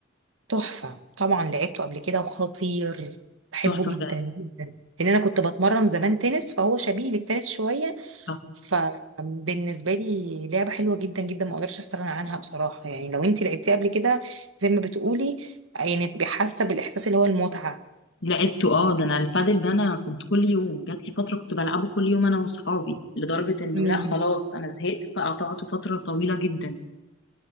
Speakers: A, on the right; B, on the left.
A: تحفه طبعا لعبته قبل كده وخطير بحبه
B: تحفه
A: جدا
B: فعلا
A: جدا لان انا كنت بتمرن زمان تنس فهو شبيه للتنس شويه
B: صح.
A: فبالنسبه لي لعبه حلوه جدا جدا ما اقدرش استغنى عنها بصراحه يعني لو انت لعبتيها قبل كده زي ما بتقولي يعني تبقي حاسه بالاحساس اللي هو المتعه
B: لعبته اه ده انا البادل ده انا كنت كل يوم جات لي فتره كنت بلعبه كل يوم انا واصحابي لدرجه انه
A: امم
B: لا خلاص انا زهقت فقطعته فتره طويله جدا